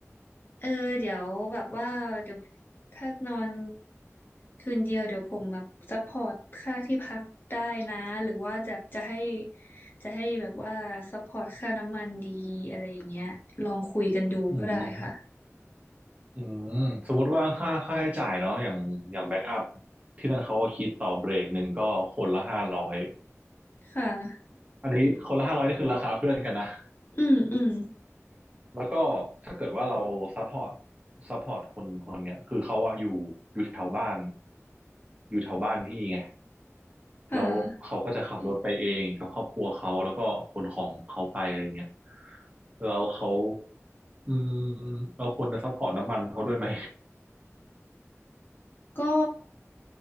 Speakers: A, on the left; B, on the right.
A: เออเดี๋ยวแบบว่าเดี๋ยวถ้านอนคืนเดียวเดี๋ยวผมแบบซัพพอร์ตค่าที่พักได้นะหรือว่าจะจะให้จะให้แบบว่าซัพพอร์ตค่าน้ำมันดีอะไรอย่างเงี้ยลองคุยกันดูก็ได้ค่ะ
B: อืมอืมสมมติว่าค่าค่าใช้จ่ายเนาะอย่างอย่างแบ็กอัพที่นั่นเขาก็คิดต่อเบรกหนึ่งก็คนละห้าร้อย
A: ค่ะ
B: อันนี้คนละห้าร้อยนี่คือราคาเพื่อนกันนะ
A: อืมอืม
B: แล้วก็ถ้าเกิดว่าเราซัพพอร์ตซัพพอร์ตคนคนเนี้ยคือเขาอะอยู่อยู่แถวบ้านอยู่แถวบ้านพี่ไง
A: อ่า
B: แล้วเขาก็จะขับรถไปเองกับครอบครัวเขาแล้วก็ขนของเขาไปอะไรเงี้ยแล้วเขาอืมเราควรจะซัพพอร์ตน้ำมันเขาด้วยไหม
A: ก็